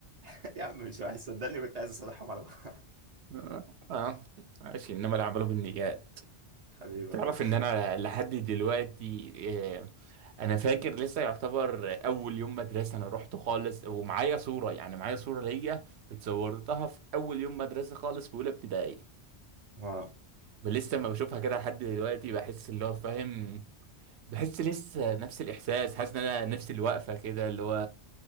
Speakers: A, on the right; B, on the right.
A: <laughs> يا عم مش وحش صدقني كنت عايز اصالحهم على بعض <laughs>
B: <laughs> اه ماشي انما اللي عملوا بالنيات
A: حبيبي والله
B: تعرف ان انا لحد دلوقتي آه، انا فاكر لسه يعتبر اول يوم مدرسه انا رحت خالص ومعايا صوره يعني معايا صوره ليا اتصورتها في اول يوم مدرسه خالص في اولى ابتدائي
A: واو
B: ولسه ما بشوفها كده لحد دلوقتي بحس اللي هو فاهم بحس لسه نفس الاحساس حاسس ان انا نفس الوقفه كده اللي هو